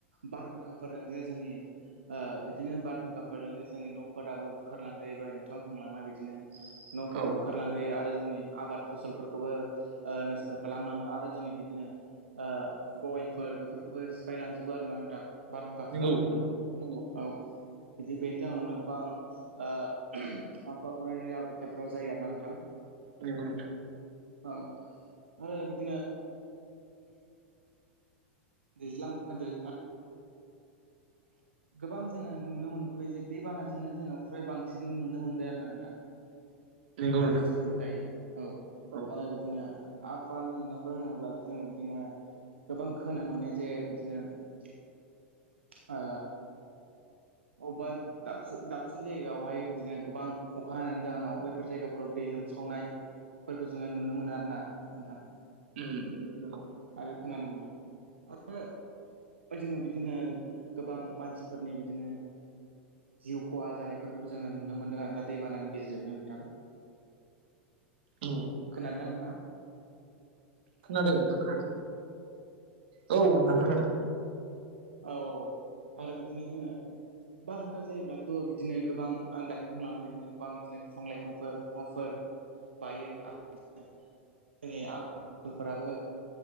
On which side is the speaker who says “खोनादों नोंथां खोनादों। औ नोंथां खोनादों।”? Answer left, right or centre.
Right